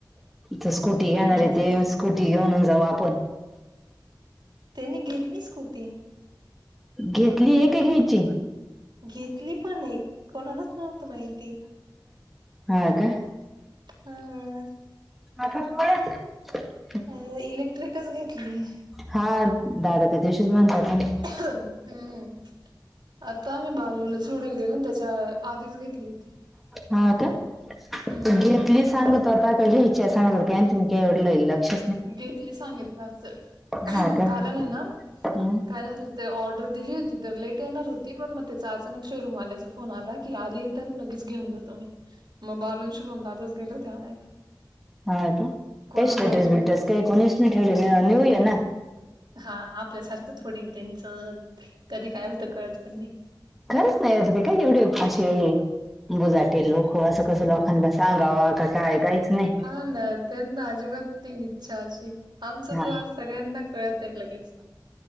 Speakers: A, in the centre; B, on the right.
A: त स्कूटी घेणार
B: माझं
A: आहे ते
B: तर
A: स्कूटी घेऊनन जाऊ आपण.
B: तेनी घेतली स्कूटी.
A: घेतली ये, का घ्यायची?
B: घेतली पण एक, कोणालाच नव्हत माहिती.
A: हा का?
B: हम
A: आता त
B: अ इलेक्ट्रिकच घेतली
A: हा दार ते दिवशीच म्हणतात तु्ही
B: हम्म आताम्ही बालूला सडल गेले ना त्याच्या आधीच घेतली होती
A: हा का
B: हम्म
A: घेतली सांग तवतता कळ इचछ सांगत काय तुम काय डल लक्ष
B: घेतली सांगितलं असं
A: हा का
B: कारण आहे ना
A: हम्म.
B: काय झालं ते ऑर्डर दिली होती तर लेट येणार होती पण मग त्याचा अचानक शोरूम आल्याच फोन आला की आली तर लगेच घेऊन जातो मी मग बालून शुभम दातच गेलो होते आणायला
A: हा का
B: कोणाला
A: काही स्टेटस
B: माहित पण
A: बिटस
B: नव्हतं
A: काही कोणी ठेवले न्यू इयर ना
B: हा आपल्यासारखं थोडी त्यांच कधी काय होतं कळत पण नाही
A: खरंच नाही अरदी का युट्यूब अशी बुजाटे लोक असं कसं लोकांना सांगावा कसाय काहीच नाही
B: <inaudible> हा ना ते अजिबात नाही चालते. आमचं
A: हा
B: त आज सगळ्यांना कळत आहे लगेच.